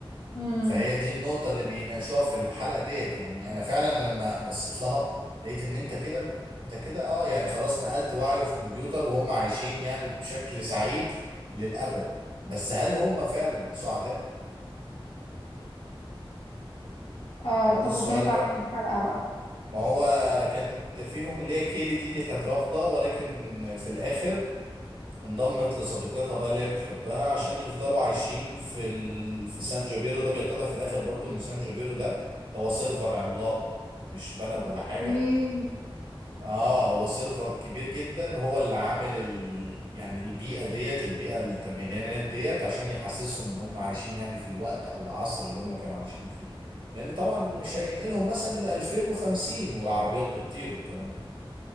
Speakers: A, on the left; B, on the right.
A: امم
B: فهي دي النقطة اللي بيناقشوها في الحلقة ديت يعني أنا فعلا أنا لما بصيت لها لقيت إن أنت كده أنت كده أه يعني خلاص نقلت وعيه في كمبيوتر وهم عايشين يعني بشكل سعيد للأبد بس هل هم فعلا سعداء؟
A: آه
B: هو
A: طب
B: ده السؤال
A: وانتهت على
B: بقى
A: ايه الحلقة بقى
B: ما هو كانت فيهم اللي هي كيلي دي اللي كانت رافضة ولكن في الآخر انضمت لصديقتها بقى اللي هي بتحبها عشان يفضلوا عايشين في ال... في سان جابيرو ده بيتضح في الآخر برضو إن سان جابيرو ده هو سيرفر عملاق مش بلد
A: اوكي
B: ولا حاجة اه هو سيرفر كبير جدا هو اللي عامل ال... يعني البيئه ديت البيئه الثمانينات ديت عشان يحسسهم ان هم عايشين يعني في الوقت او العصر اللي هم كانوا عايشين فيه لان طبعا مش هينقلهم مثلا ل 2050 والعربيات بتطير والكلام ده كله